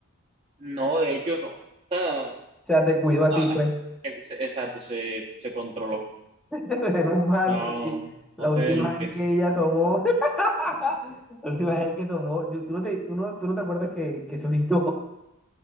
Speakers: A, on the right (about 25°); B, in the centre.
A: No, de hecho, no. O sea, No,
B: sea, te cuidó a ti, pues.
A: no, Ex- Exacto, se, se controló.
B: <laughs> Menos mal,
A: No,
B: porque la
A: no
B: última
A: sé lo
B: vez
A: que
B: que
A: sí
B: ella tomó, <laughs> la última
A: <laughs>
B: vez que tomó, tú, tú no te, tú no, tú no te acuerdas que, que se orinó,